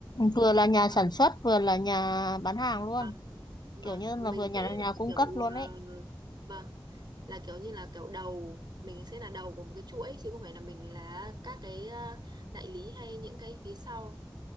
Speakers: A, on the left; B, on the right.
A: vừa là nhà
B: ờ,
A: sản xuất vừa là nhà bán hàng luôn
B: vâng vâng
A: kiểu như
B: mình
A: là vừa nhà
B: sẽ là
A: nhà cung
B: kiểu
A: cấp luôn
B: ờ,
A: ấy
B: vâng là kiểu như là kiểu đầu mình sẽ là đầu của một cái chuỗi chứ không phải là mình là các cái ờ, đại lý hay những cái phía sau